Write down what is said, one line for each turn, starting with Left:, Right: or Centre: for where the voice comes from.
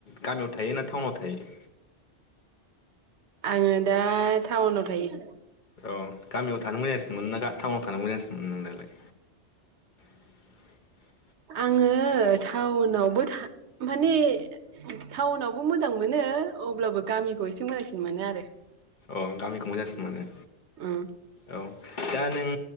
Left: गामियाव थायो ना टाउनाव थायो?
Right: आङो दा टाउनाव थायो।
Left: अ गामियाव थानो मोजांसिनो मोनो ना टाउनाव थानो मोजांसिन मोनो नों दखलाय? <inaudible>
Right: आङो टाउनावबो था माने टाउनावबो मोजां मोनो अब्लाबो गामिखौ एसे मोजांसिन मोनो आरो।
Left: ओं गामिखौ मोजांसिन मोनो।
Right: उम।
Left: औ। दा नों